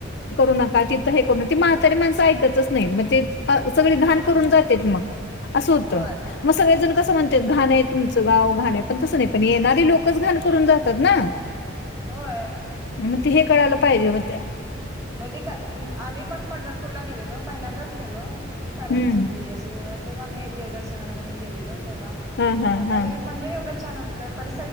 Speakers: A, on the left (about 55°); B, on the right (about 15°).
A: तिथ हे कर म्हातारी माणं ऐकतच नाही मग ते
B: नाही
A: सगळी घाण करून जात मग असं होतं
B: होय
A: मग सगळेजण कसं म्हणतात घाण आहे तुमचं ग घाण आहे पण तसं नाही पण येणारी लोकच घाण करून जातात ना
B: होय
A: मग ते हे कळायला पाहिजे मग त्या
B: न का आम्ही पण पंढरपूरला गेलेलो पहिल्यांदाच गेलो आमची फॅमिलीच
A: हम्म
B: होती अशी अस आम्ही देवदर्शनाला म्हणून गेलेलो तेव्हा
A: हा हा
B: मग त्यावेळी
A: हा
B: मंदिर एवढं छान वाटलं परि